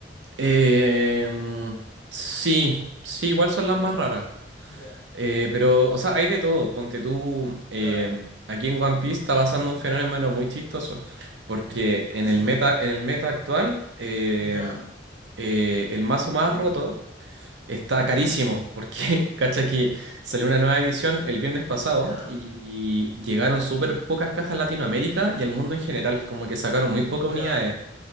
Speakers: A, on the right (about 70°); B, on the left (about 75°).
A: Em, sí, sí, igual son las más raras.
B: Ya,
A: Eh, pero, o sea, hay de todo. Ponte tú, eh,
B: claro.
A: aquí en One Piece está pasando un fenómeno muy chistoso, porque en
B: Sí,
A: el meta, en el meta actual, em,
B: ya,
A: eh, el mazo más roto Está
B: ujú,
A: carísimo, porque <laughs> cacha que salió una nueva edición el viernes pasado
B: ya,
A: y llegaron súper pocas cajas a Latinoamérica y al mundo en general, como que sacaron muy pocas unidades.
B: ya,